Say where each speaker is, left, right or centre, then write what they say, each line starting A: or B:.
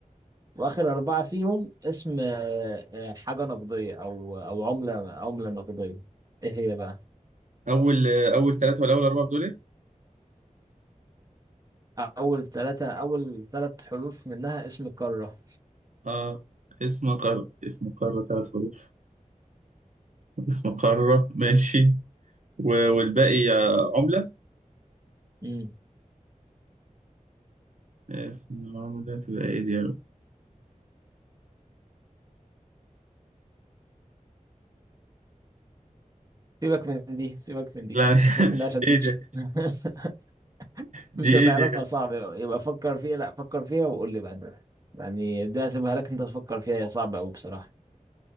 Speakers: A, on the right; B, on the right.
A: وآخر أربعة فيهم اسم آه آه، حاجة نقدية أو أو عملة عملة نقدية إيه هي بقى
B: أول أول ثلاثة ولا أول أربعة بتقول إيه؟
A: أول ثلاثة أول ثلاث حروف منها اسم قارة
B: اه اسم قارة اسم قارة ثلاث حروف اسم قارة ماشي و- والباقي آه، عملة
A: امم
B: اسم العمر ده تبقى ايه دي يا رب
A: سيبك من دي سيبك من دي
B: لا مش- <laughs>
A: سيبك من ده عشان
B: ايه دي
A: مش <laughs>
B: دي
A: مش
B: ايه
A: هتعرفها
B: دي يا جدع
A: صعب يبقى فكر فيها لا فكر فيها وقول لي بعدين يعني دي هسيبها لك انت تفكر فيها هي صعبة أوي بصراحة